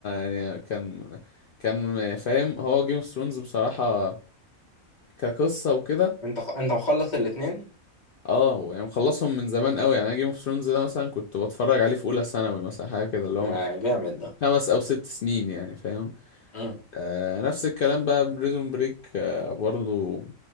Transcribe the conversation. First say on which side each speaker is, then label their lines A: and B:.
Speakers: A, on the left; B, on the left.
A: أنا يعني كان كان فاهم هو جيم اوف ثرونز بصراحة كقصة وكده
B: انت خ... انت مخلص الاثنين
A: اه يعني مخلصهم من زمان قوي يعني انا جيم اوف ثرونز ده مثلا كنت بتفرج عليه في اولى ثانوي مثلا حاجة كده اللي هو
B: ده
A: من
B: جامد ده
A: خمس او ست سنين يعني فاهم
B: امم
A: آه نفس الكلام بقى بريزون بريك آه برضو يعني